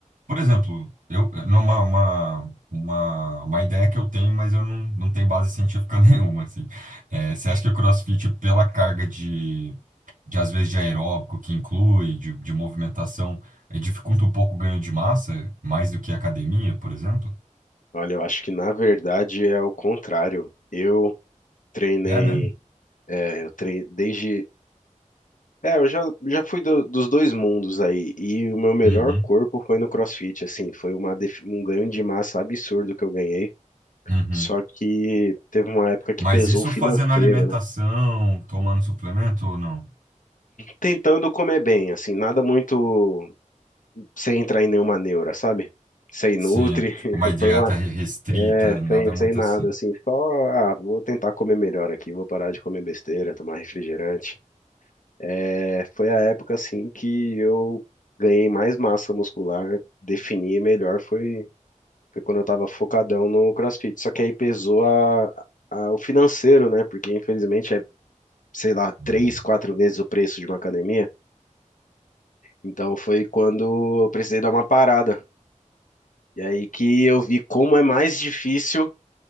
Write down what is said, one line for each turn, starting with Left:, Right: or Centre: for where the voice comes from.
Right: por exemplo, eu, numa, uma, uma, uma ideia que eu tenho, mas eu não, não tenho base científica <laughs> nenhuma, assim. É, você acha que o CrossFit, pela carga de de às vezes de aeróbico que inclui, de, de movimentação, eh, dificulta um pouco o ganho de massa, mais do que a academia, por exemplo?
Left: Olha, eu acho que na verdade é o contrário. Eu treinei,
Right: É mesmo?
Left: é, eu treinei desde É, eu já, já fui do- dos dois mundos aí, e o meu melhor
Right: Uhum,
Left: corpo foi no CrossFit, assim, foi uma, def- um ganho de massa absurdo que eu ganhei,
Right: uhum.
Left: só que teve uma época que
Right: Mas
Left: pesou
Right: isso
Left: o financeiro,
Right: fazendo alimentação,
Left: né?
Right: tomando suplemento ou não?
Left: tentando comer bem, assim, nada muito sem entrar em nenhuma neura, sabe? Sem
Right: Sim,
Left: nutri, <laughs>
Right: tipo, uma dieta
Left: foi uma,
Right: re- restrita,
Left: é,
Right: nada
Left: sem,
Right: muito
Left: sem nada,
Right: assim.
Left: assim, só, ah, vou tentar comer melhor aqui, vou parar de comer besteira, tomar refrigerante. É, foi a época, assim, que eu ganhei mais massa muscular, defini melhor, foi, foi quando eu tava focadão no CrossFit, só que aí pesou a, a- o financeiro, né, porque infelizmente é, sei lá,
Right: Uhum,
Left: três, quatro vezes o preço de uma academia, Então foi quando eu precisei dar uma parada. E aí que eu vi como é mais difícil